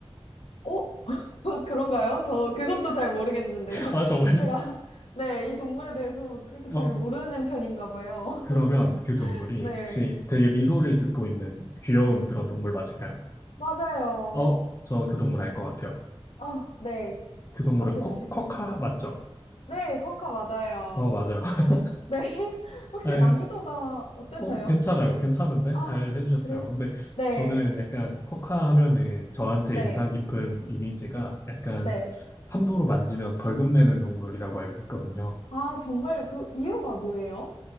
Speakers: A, on the left; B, on the left.
A: 어? <laughs> 그런가요? 저 그것도 잘 모르겠는데요. <laughs>
B: <laughs> 아 정말요?
A: 제가, 네, 이 동물에 대해서 그렇게 잘
B: 어
A: 모르는 편인가 봐요.
B: 그러면
A: <laughs>
B: 그 동물이
A: 네,
B: 혹시 되게 미소를 짓고 있는 귀여운 그런 동물 맞을까요?
A: 맞아요.
B: 어, 저 그 동물 알 것 같아요.
A: 아, 네.
B: 그 동물은
A: 맞춰주시죠.
B: 코, 코카 맞죠?
A: 네, 코카 맞아요.
B: 어, 맞아요. <laughs>
A: 네. <laughs> 혹시
B: 네.
A: 난이도가 어땠나요?
B: 어, 괜찮아요. 괜찮은데?
A: 아,
B: 잘 해주셨어요.
A: 그래요?
B: 근데
A: 네,
B: 저는 약간 코카 하면은 저한테
A: 네,
B: 인상 깊은 이미지가 약간
A: 네.
B: 함부로 만지면 벌금 내는 동물이라고 알고 있거든요.
A: 아, 정말 그 이유가 뭐예요?